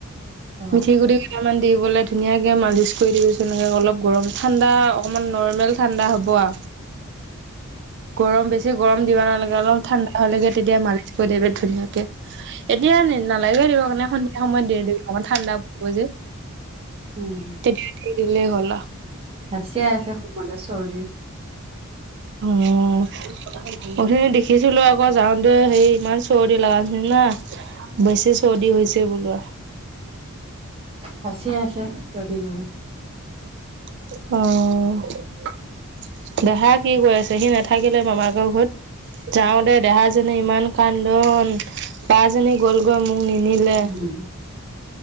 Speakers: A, on the right; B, on the right.
A: অ
B: মিঠি গুটি কেইটামান দি পলে ধুনীয়াকে মালিচ কৰি দিবিচোন এনেকে অলপ গৰম ঠাণ্ডা অকণমান নৰ্মেল ঠাণ্ডা হ'ব আ। গৰম বেছি গৰম দিব নালাগে অলপ ঠাণ্ডা হলে তেতিয়া মালিছ কৰি দিবি ধুনীয়াকে। এতিয়া নালাগে দিব কাৰণে সন্ধিয়া সময়ত দে দিবি অকণমান ঠাণ্ডা পৰিব যে।
A: উম।
B: এতিয়া দি দিলেই হ'ল আ।
A: হাচিয়াই আছে খুউবমতে চৰ্দি।
B: অহ। উঠনি দেখিছিলো আকৌ যাওঁতে হেই ইমান চৰ্দি লগ নিচিনা। বেছি চৰ্দি হৈছে বোলো আ।
A: হাচিয়াই আছে চৰ্দি কৰি।
B: অঁহ। দেহা কি কৰি আছে, সি নাথাকিলে মামায়েকৰ ঘৰত। যাওঁতে দেহাজনী ইমান কান্দোন বা জনী গলগৈ মোক নিনিলে।
A: উম,